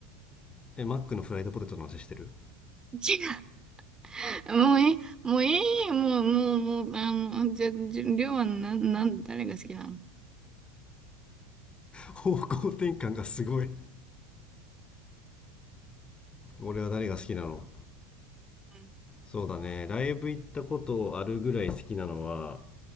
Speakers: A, on the left; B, on the right.
A: えマックのフライドポテトの話してる
B: ちもういい、もういい、もう、もう、もう、あの、じゃ、じゃ、りょうはな、なん、誰が好きなの
A: 方向転換がすごい俺は誰が好きなの
B: うん、
A: そうだね、ライブ行ったことあるぐらい好きなのは、